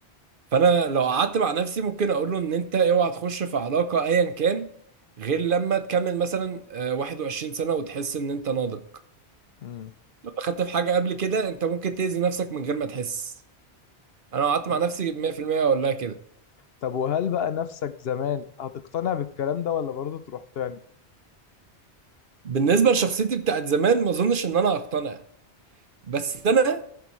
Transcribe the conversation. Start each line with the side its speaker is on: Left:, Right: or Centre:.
Right: فأنا لو قعدت مع نفسي ممكن أقول له إن أنت أوعى تخش في علاقة أيا كان غير لما تكمل مثلا آه، 21 سنة وتحس إن أنت ناضج
Left: امم
Right: لو دخلت في حاجة قبل كده أنت ممكن تأذي نفسك من غير ما تحس أنا لو قعدت مع
Left: صح.
Right: نفسي 100% أقول لها كده
Left: طب وهل بقى نفسك زمان هتقتنع بالكلام ده ولا برضه تروح تاني
Right: بالنسبة لشخصيتي بتاعت زمان ما أظنش إن أنا هقتنع بس أنا